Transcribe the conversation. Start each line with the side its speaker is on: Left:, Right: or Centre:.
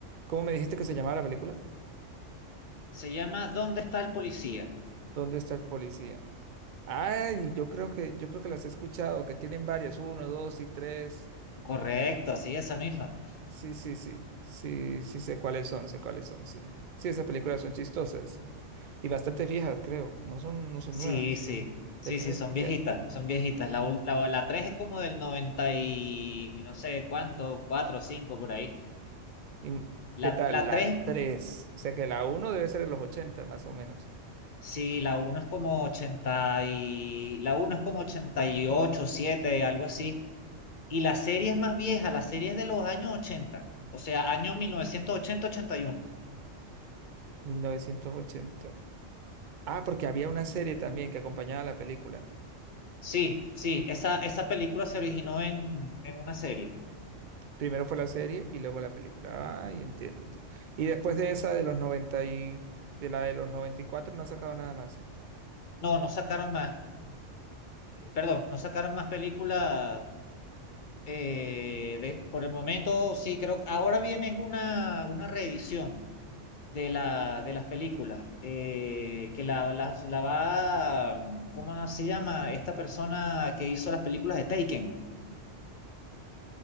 Right: ¿Cómo me dijiste que se llamaba la película?
Left: Se llama ¿Dónde está el policía?
Right: ¿Dónde está el policía? Ay, yo creo que, yo creo que las he escuchado, que tienen varias, uno, dos y tres.
Left: Correcto, sí, esa misma.
Right: Sí, sí, sí. Sí, sí sé cuáles son, sé cuáles son, sí. Sí, esas películas son chistosas, sí. Y bastante viejas, creo. No son, no son
Left: Sí,
Right: nuevas.
Left: sí, sí,
Right: Ya tienes,
Left: sí, son viejitas,
Right: ya.
Left: son viejitas. La, ul- la, la 3 es como del 90 y no sé cuánto, 4 o 5 por ahí.
Right: y- ¿qué
Left: La,
Right: tal?
Left: la
Right: La
Left: 3,
Right: tres. O sea que la uno debe ser de los 80, más o menos.
Left: sí, la uno es como 80 y... La uno es como 88, 7, algo así. Y las series más viejas, las series de los años 80, o sea, años mil novecientos ochenta-ochenta y uno.
Right: 1980. Ah, porque había una serie también que acompañaba a la película.
Left: Sí, sí, esa, esa película se originó en, en una serie.
Right: Primero fue la serie y luego la película. Ay, entiendo, entiendo. Y después de esa de los 90 y de la de los 94 no ha sacado nada más.
Left: No, no sacaron más, perdón, no sacaron más películas eh, de- por el momento, sí, creo que ahora viene es una, una reedición de, la, de las películas, eh, que la, la la va, ¿cómo se llama? Esta persona que hizo las películas de Taken.